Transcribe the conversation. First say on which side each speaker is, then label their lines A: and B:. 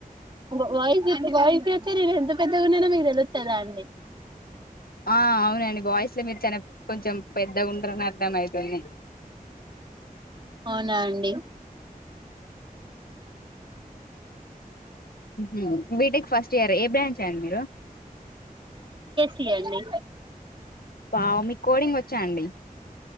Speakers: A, on the right (about 30°); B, on the left (about 80°).
A: వ వాయిస్ ఇస్తే వాయిస్ ఇస్తే నేను ఎంత పెద్దగున్ననో మీకు తెలుతద్దా అండి
B: ఆ అవునండి బాయ్స్ లో మీరు చానా కొంచెం పెద్ద పెద్దగుంటరని అర్థమైతుంది
A: అవున అండి
B: మహ్ బీటెక్ ఫస్ట్ ఇయర్ ఏ బ్రాంచ్ అండి మీరు
A: టి య్యండి
B: వావ్ మీకు కోడింగ్ వచ్చా అండి